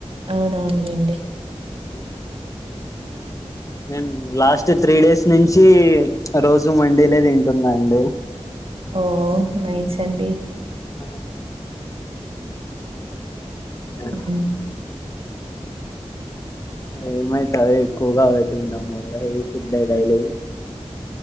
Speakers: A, on the right (about 55°); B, on the left (about 30°).
A: అవునవునులేండి.
B: అవు
A: <unintelligible>
B: నేను లాస్ట్ త్రీ డేస్ నుంచి రోజు మండీలే తింటున్నా అండి.
A: ఓ నైస్ అండి.
B: అమ్మ <inaudible>
A: హ్మ్.
B: మేమైతే అవే ఎక్కువగా అవే తినడం వల్లా హెవి ఫుడ్డే డైలీ.